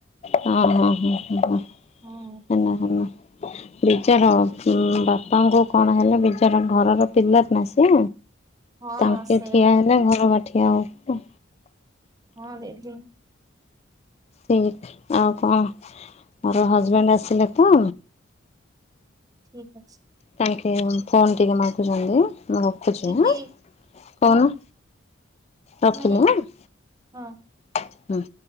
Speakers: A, on the left; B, on the right.
A: ହଁ, ହଁ, ହଁ, ହଁ, ହଁ
B: ହୁଁ
A: ହେନା ହେନା। ବିଜାହ ଉଁ, ବାପାଙ୍କୁ କଣ ହେଲେ ବିଜାର ଘରର ପିଲା ନା ସେ।
B: ହଁ
A: ତାଙ୍କେ
B: ସେଇଟା
A: ଠିଆ ହେଲେ ଘର ବା ଠିଆ ହବ।
B: ହଁ ଦିଦି।
A: <unintelligible> ଆଉ କଣ? ମୋର ହଜବେଣ୍ଡ ଆସିଲେ ତ
B: ଠିକ୍ ଅଛି।
A: ତାଙ୍କେ ଫୋନ୍ ଟିକେ ମାଗୁଚନ୍ତି। <inaudible> ଖୁଛି
B: ଦିଦି
A: ହାଁ,
B: ହଁ
A: କନ ରଖିଲି
B: ନାଇଁ
A: ଆଁ।
B: ହଁ।
A: ହୁଁ।